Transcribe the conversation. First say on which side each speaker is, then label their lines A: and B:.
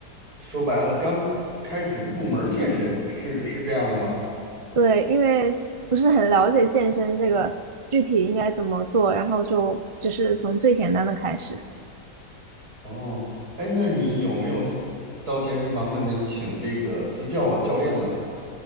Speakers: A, on the right; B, on the right.
A: 说白了刚开始入门健身是是这样的吗？
B: 对，因为不是很了解健身这个具体应该怎么做，然后就只是从最简单的开始。
A: 哦，哎，那你有没有到健身房那边请这个私教啊教练呢？